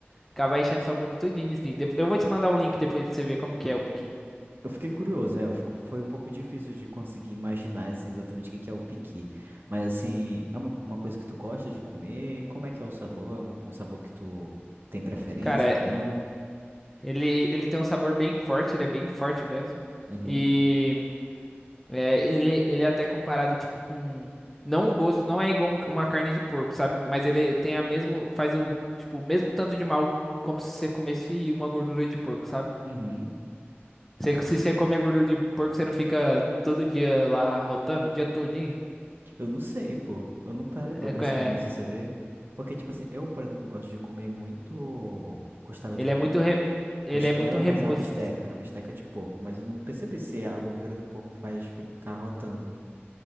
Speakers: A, in the centre; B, on the right.
A: acabar enchendo sua boca tudinho de espinho. Dep- Eu vou te mandar um link depois pra você ver como que é o piqui.
B: Eu fiquei curioso, é, eu fico, foi um pouco difícil de conseguir imaginar, assim, exatamente o que que é o piqui. Mas, assim, é uma, uma coisa que tu gosta de comer? Como é que é o sabor? É um, um sabor que tu tem preferência,
A: Cara, é-
B: não?
A: ele, ele tem um sabor bem forte, ele é bem forte mesmo.
B: Uhum.
A: E é, ele, ele é até comparado, tipo, com... Não um gosto, não é igual um- uma carne de porco, sabe? Mas ele tem a mesmo, faz o, tipo, o mesmo tanto de mal como se você comesse uma gordura de porco, sabe?
B: Uhum.
A: Você- Se você come a gordura de porco, você não fica todo dia lá rotando, o dia todinho?
B: Eu não sei, pô. Eu não parei
A: É,
B: pra pensar
A: é-
B: nisso, sabia? Porque, tipo assim, eu, por exemplo, gosto de comer muito costela
A: ele
B: de porco.
A: é muito re- ele
B: Costela,
A: é muito remoso.
B: mas a bisteca, a bisteca de porco. Mas eu não percebi se a gordura do porco faz ficar rotando.